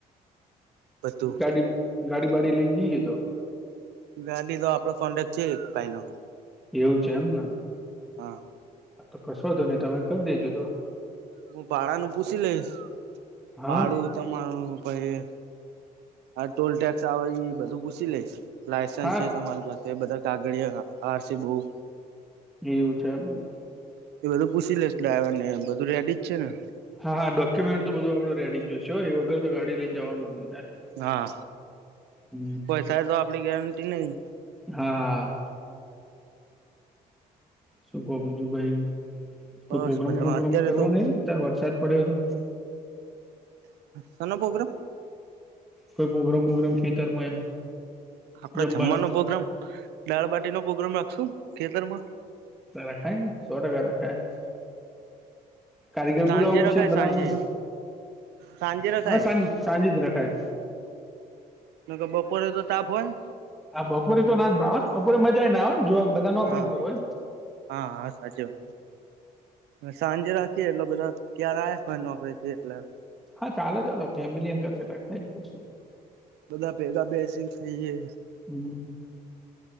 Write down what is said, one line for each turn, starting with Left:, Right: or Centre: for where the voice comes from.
Right: બધું
Centre: ગાડી ગાડી વાડી લઈને જઈએે તો
Right: ગાડી તો આપડો <unintelligible> છે એક પાય ન
Centre: એવું છે એમને
Right: હા
Centre: તો કશો હતો નહી તમે કરી દેજો તો
Right: હું ભાડાનું પૂછ લઈશ
Centre: હા.
Right: ભાડું તમારું પછ હા ટોલ ટેક્સ આવે એ બધું પૂછી લઈશ લાયસન્સ
Centre: હા
Right: છે તમારી પાસે એ બધા કાગળ આરસી બુક
Centre: એ એવું છે એમ ને
Right: એ બધું પૂછી લેશ ડાવર ને બધું રેડી જ છે ને
Centre: હા હા ડોક્યુમેન્ટ તો બધું આપડે રેડી જ જોશશે એ વગર તો ગાડી લઈને જવાનું ન થાય
Right: હા
Centre: હમ
Right: કોઈ સાહે તો આપડી ગેરંટી નહી
Centre: હા હા શું ક બીજું કઈ
Right: બસ
Centre: કોઈ પ્રગ્રામ
Right: મજામાં
Centre: પોગ્રામ
Right: અત્યારે
Centre: કરવો
Right: તો
Centre: નહી અત્યારે વરસાદ પડ્યો તો
Right: સનો પ્રોગ્રમ
Centre: કોઈ પ્રોગ્રામ વોગ્રામ ખેતરમાં એમ
Right: આપડે
Centre: જમવાનું
Right: જમવાનો પોગ્રામ દાળબાટી નો પ્રગ્રામ રાખશું ખેતરમાં
Centre: રખાય ને સો ટકા રખાય કારીગર
Right: સાંજે
Centre: બોલાવો પડશે
Right: રખાય
Centre: બનાવવાનું
Right: સાંજે સાંજે રખાય
Centre: હ હવે સાંજ સાંજ જ રખાય
Right: તો કે બપોરે તો તાપ હોય ને
Centre: હા બપોરે તો ના જ ભાવન બપોરે મજા ના આવે જો બધા નોકરી
Right: હા
Centre: પર હોય
Right: હા હા સાચું સાંજે રાખીએ એટલે બધા ક્યારે આ હોય નોકરીથી એટલે
Centre: હા ચાલો ચાલો ફેમિલી અંગત <unintelligible>
Right: બધા ભેગા બેસી ખઈ
Centre: હમ્મ